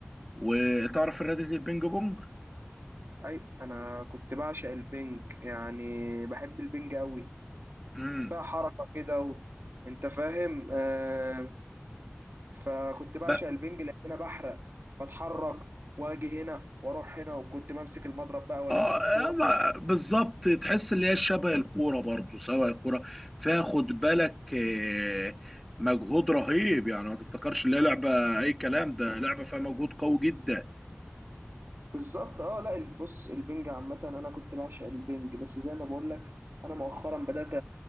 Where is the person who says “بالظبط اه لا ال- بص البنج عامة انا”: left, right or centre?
Right